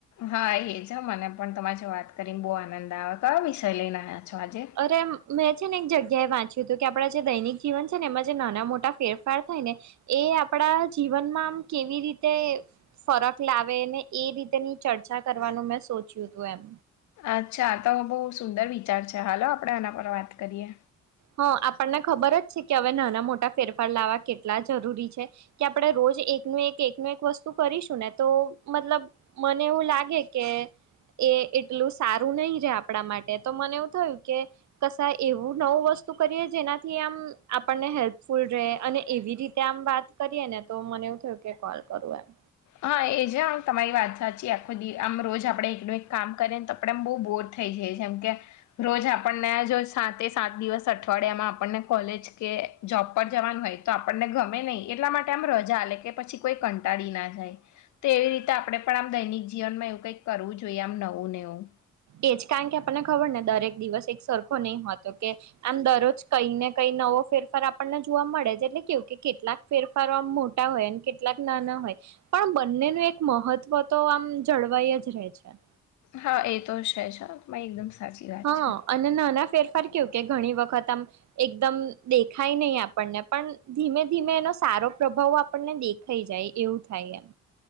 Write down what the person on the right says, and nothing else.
અરે મેં છે ને એક જગ્યાએ વાંચ્યું હતું કે આપણા જે દૈનિક જીવન છેને એમાં જે નાના-મોટા ફેરફાર થાય ને એ આપણા જીવનમાં આમ કેવી રીતે ફરક લાવે ને એ રીતેની ચર્ચા કરવાનું મેં સોચ્યુ હતુ એમ.
હા, આપણને ખબર જ છેકે હવે નાના-મોટા ફેરફાર લાવા કેટલા જરૂરી છે. કે આપણે રોજ એકનું એક એકનું એક વસ્તુ કરીશું ને તો મતલબ મને એવું લાગે કે એ એટલું સારું નહી રહે આપણા માટે તો મને એવું થયું કે કશું એવું નવું વસ્તુ કરીએ જેનાથી આમ આપણને હેલ્પફુલ રહે અને એવી રીતે આમ વાત કરીએને તો મને એવું થયું કે કોલ કરું એમ.
એજ કારણ કે આપણને ખબરને દરેક દિવસ એક સરખો નઈ હોતો કે આમ દરરોજ કઈ ને કઈ નવો ફેરફાર આપણને જોવા મળે જ એટલે કેવું કે કેટલાક ફેરફારો આમ મોટા હોય અને કેટલાક નાના હોય. પણ બંનેનું એક મહત્વ તો આમ જળવાઈ જ રહેે છે.
હા
અને નાના ફેરફાર કેવુ કે ઘણી વખત આમ. એકદમ દેખાય નહી આપણને પણ ધીમે-ધીમે એનો સારો પ્રભાવ આ આપણને દેખાઈ જાય એવું થાય એમ.